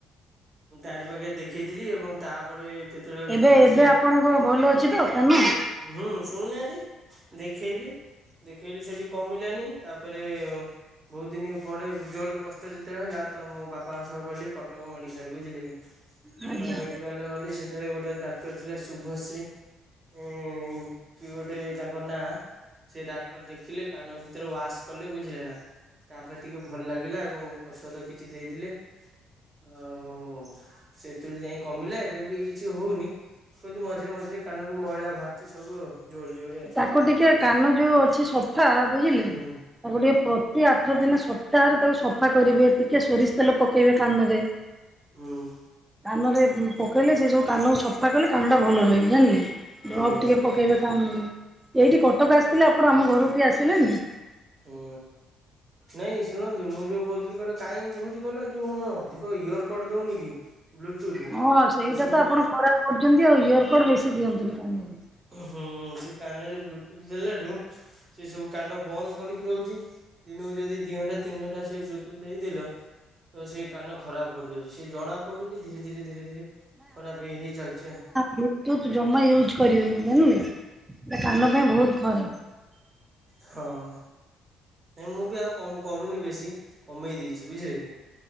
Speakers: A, on the right (about 35°); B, on the right (about 15°).
A: ମୁଁ ତାରି ପାଖେ ଦେଖେଇଥିଲି ଏବଂ ତାପରେ ଯେତେବେଳେ ମୁଁ
B: ଏବେ
A: ଭଲସେ
B: ଏବେ ଆପଣଙ୍କ ଭଲ ଅଛି ତ କାନ?
A: ହୁଁ ଶୁଣୁନାହାନ୍ତି ଦେଖେଇଲି ଦେଖେଇଲିି ସେଠି କମିଲାନି ତାପରେ ବହୁତ ଦିନ ପରେ ଯୋରେ କଷ୍ଟ ଯେତେବେଳେ ହେଲା ତ, ମୁଁ ବାପାଙ୍କ ସହ ଗଲି କଟକ ମେଡିକାଲ ବୁଝିଲେ କଟକ
B: ଆଜ୍ଞା
A: ମେଡିକାଲରେ ଗଲି ସେଠାରେ ଗୋଟେ ଡାକ୍ତର ଥିଲେ ଶୁଭଶ୍ରୀ। ଉଁ କିଏ ଗୋଟେ ତାଙ୍କ ନାଁ। ସେ ଡାକ୍ତର ଦେଖିଲେ। କାନ ଭିତରେ ୱାଶ କଲେ ବୁଝିଲେ ନା। ତାପରେ ଟିକେ ଭଲ ଲାଗିଲା ଏବଂ ଔଷଧ କିଛି ଦେଇଥିଲେ। ଆଉ ସେଥିରୁ ଯାଇ କମିଲା, ଏବେ ବି କିଛି ହଉନି। କିନ୍ତୁ ମଝିରେ ମଝିରେ କାନରୁ ମଇଳା ସବୁ ଆଉ। ଜୋରେ ଜୋରେ
B: ତାକୁ ଟିକେ
A: ହୁଁ
B: କାନ ଯୋଉ ଅଛି ସଫା ବୁଝିଲେ
A: ହୁଁ
B: ତାକୁ ଟିକେ ଟେ ଆଠ ଦିନ ସପ୍ତାହରେ ତାକୁ ସଫା କରି। ବେ ଟିକିେ ସୋରିଷ ତେଲ ପକେଇବେ କାନରେ।
A: ହୁଁ।
B: କାନରେ ପକେଇଲେ ସେ ସବୁ କାନକୁ ସଫା କଲେ କାନଟା ଭଲ ରହିବେ ଜାଣିଲେ। ଡ୍ରପ୍
A: ହୁଁ।
B: ଟିକେ ପକେଇବେ କାନ୍
A: ହୁଁ
B: ଏଇଠି କଟକ ଆସିଥିଲେ। ଆପଣ ଆମ ଘରୁ ଟିକେ ଆସିଲେନି।
A: ହୁଁ, ନାଇଁ ଶୁଣନ୍ତୁ ମୁଁ ଯୋଉ କହୁଥିଲି କ କାଇଁ ଏମତି ହଉଛି କହିଲ, ଏ ଯୋଉ ମୁଁ ଅଧିକ ଇୟର କଡ୍ ଦଉନି କି ବ୍ଲୁଟୁଥ୍
B: ହଁ ସେଇଟା
A: ସେ ସବୁ
B: ତ ଆପଣ ଖରାପ କରୁଛନ୍ତି ଆଉ। ଇୟର କଡ ବେଶୀ ଦିଅନ୍ତୁନି କାନରେ।
A: ହୁଁ ସେ କାନରେ ବ୍ଲୁଟୁଥ ଦେଲାଠୁ ସେ ସବୁ କାନ ବନ୍ଦ କରିକି ରହୁଛି। ଦିନକୁ ଯଦି ଦି ଘଣ୍ଟା ତିନି ଘଣ୍ଟା ସେଇ ବ୍ଲୁ ଟୁଥ ଦେଇଦେଲ ତ ସେଇ କାନ ଖରାପ କରିଦଉଛି। ସେ ଜଣା ପଡୁନି ଧୀରେ ଧୀରେ - ଧୀରେ ଧୀରେ ଖରାପ ହେଇ ଚାଲିଛି ଆଉ।
B: ବ୍ଲୁ-ତୁଥ୍ ଜମା ୟୁଜ କରିବେନି ଜାଣିଲେ ସେ କାନ ପାଇଁ ବହୁତ ଖରାପ।
A: ହଁ ନାଇଁ ମୁଁ ବି ଆଉ କ- କରୁନି ବେଶୀ କମେଇ ଦେଇଛି ବୁଝିଲେ।